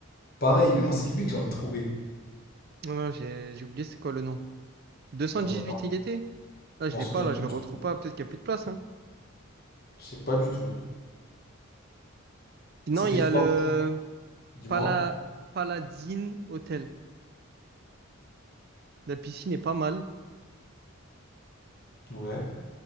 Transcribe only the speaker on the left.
pareil, mais moi, c'est lui que j'ai envie de trouver.
Non, non, non.
Je
m'en
souviens
plus
du
prix.
Je sais pas du tout.
C'était
fort,
dis-moi.
Ouais.